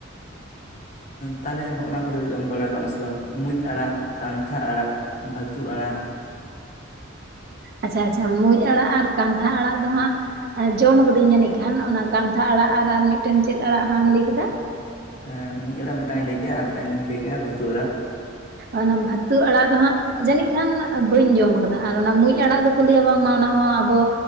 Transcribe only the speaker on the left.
ᱛᱟᱦᱚᱞᱮ ᱦᱚᱜᱼᱚ ᱱᱚᱭᱟ ᱠᱚᱫᱚ ᱡᱚᱢ ᱵᱟᱲᱟ ᱠᱟᱜ-ᱟᱢ ᱥᱮ ᱵᱟᱝ ᱢᱩᱸᱡ ᱟᱲᱟᱜ ᱠᱟᱱᱛᱷᱟ ᱟᱲᱟᱜ ᱵᱷᱟᱹᱛᱩ ᱟᱲᱟᱜ
ᱦᱮᱸᱢᱩᱸᱡ ᱟᱲᱟᱜ ᱢᱤᱫᱴᱟᱝᱤᱧ ᱞᱟᱹᱭ ᱠᱮᱜᱼᱟ ᱟᱨ ᱢᱤᱫᱴᱟᱝᱤᱧ ᱞᱟᱹᱭ ᱠᱮᱫᱼᱟ ᱵᱷᱟᱹᱛᱩ ᱟᱲᱟᱜ